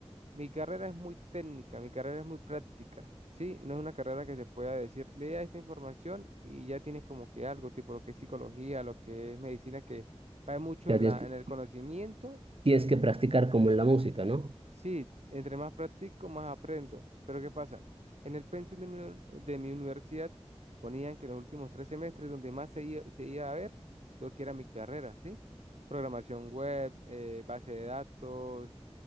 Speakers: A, on the right; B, on the right.
A: mi carrera es muy técnica, mi carrera es muy práctica, ¿sí? No es una carrera que se pueda decir, lea esta información y ya tienes como que algo, tipo lo que es psicología, lo que es medicina, que va mucho
B: Ya
A: en
B: tienes
A: la,
B: que,
A: en el conocimiento
B: tienes que practicar como en la música, ¿no?
A: Sí, entre más practico, más aprendo. Pero ¿qué pasa? En el pensum de mi, uni- de mi universidad ponían que los últimos tres semestres donde más se iba, se iba a ver lo que era mi carrera, ¿sí? Programación web, eh, base de datos,